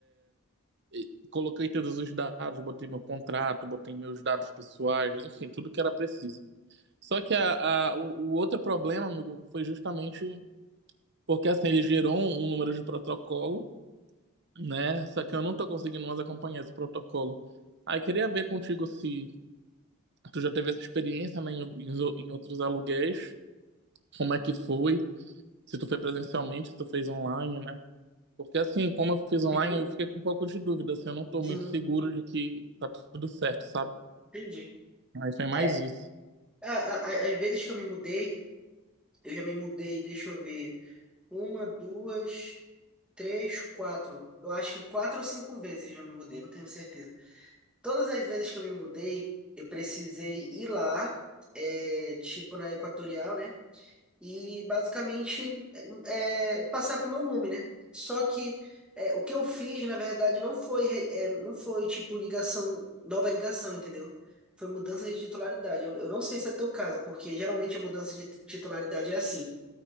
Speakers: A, on the right; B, in the centre.
A: e- coloquei todos os dados, botei meu contrato, botei meus dados pessoais, enfim, tudo que era preciso. Só que a, a- o, o outro problema, amigo, foi justamente porque assim, ele gerou um, um número de protocolo, né? Só que eu não tô conseguindo mais acompanhar esse protocolo. Aí queria ver contigo se tu já teve essa experiência, né, em, em, em outros aluguéis, como é que foi. se tu foi presencialmente, se tu fez online, né? Porque assim, como eu fiz online,
B: Uhum.
A: eu fiquei com um pouco de dúvida, assim, eu não tô
B: Sim.
A: muito seguro de que tá tudo certo, sabe?
B: Entendi.
A: Aí foi mais
B: É,
A: isso.
B: A- a- a- Às vezes que eu me mudei, eu já me mudei, deixa eu ver, uma, duas, três, quatro. Eu acho que quatro ou cinco vezes eu já me mudei, não tenho certeza. Todas as vezes que eu me mudei, eu precisei ir lá, é, tipo na Equatorial, né? e basicamente é, é, passar pro meu nome, né? Só que é, o que eu fiz, na verdade, não foi re- é, não foi tipo ligação, nova ligação, entendeu? Foi mudança de titularidade. Eu, eu não sei se é teu caso, porque geralmente a mudança de titularidade é assim.